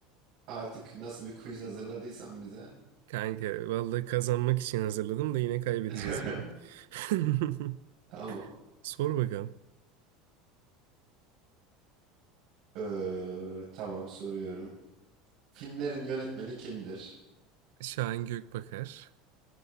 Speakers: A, on the right (about 55°); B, on the right (about 85°).
A: artık nasıl bir quiz hazırladıysan bize.
B: Kanka vallahi kazanmak için hazırladım da yine kaybedeceğiz
A: <laughs>
B: gibi. <laughs>
A: Tamam.
B: Sor bakalım.
A: Ee, tamam soruyorum. Filmlerin yönetmeni kimdir?
B: Şahin Gökbakar.